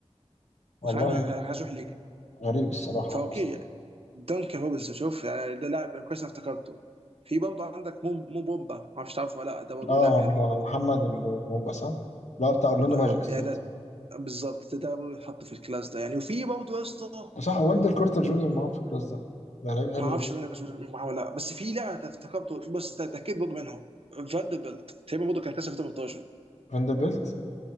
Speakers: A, on the left (about 80°); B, on the right (about 55°).
A: والله
B: وكان عامل إن هو عايز يروح الليكرز
A: غريب الصراحة
B: فاوكي
A: اصلا
B: يعني دانكن روبنسون شوف يعني ده لاعب كويس انا افتكرته في برضه عندك مو مو بومبا ما اعرفش تعرفه ولا لا ده برضه
A: اه
B: لاعب حلو
A: م- محمد مب- مومباسا لا بتاع اورلاندو
B: اه
A: ماجيك سنت
B: يعني ده بالظبط ده ده برضه يتحط في الكلاس ده يعني وفي برضه يا اسطى
A: وصح ويندل كارتر جونيور معاهم في الكلاس ده ده لعيب حلو
B: ما اعرفش
A: جدا
B: مين كنت معاه ولا لا بس في لاعب أنا افتكرته بص ده ده اكيد برضه منهم فاندربلت تقريبا برضه كان كلاس 2018
A: فاندربيلت